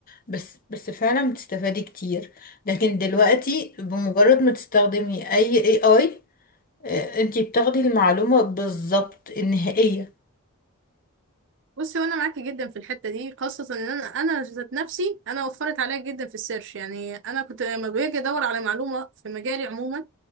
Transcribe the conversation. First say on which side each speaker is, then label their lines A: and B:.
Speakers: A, on the left (about 40°); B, on the right (about 55°).
A: بس بس فعلا بتستفادي كتير لكن دلوقتي بمجرد ما تستخدمي اي اي اي انتي بتاخدي المعلومة بالظبط النهائية
B: بصي وانا معاكي جدا في الحته دي خاصه ان انا انا ذات نفسي انا وفرت عليا جدا في السيرش يعني انا كنت لما باجي ادور على معلومه في مجالي عموما